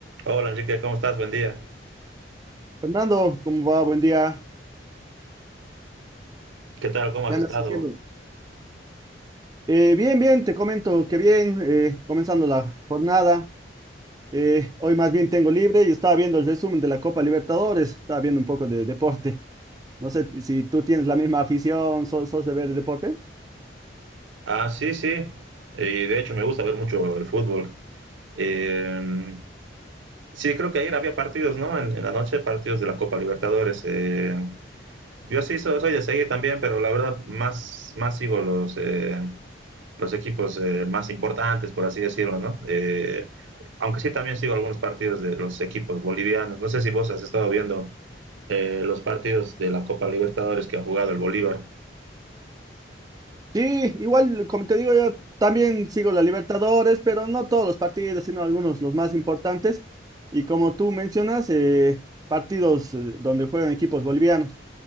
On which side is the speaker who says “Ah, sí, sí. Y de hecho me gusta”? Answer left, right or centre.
Right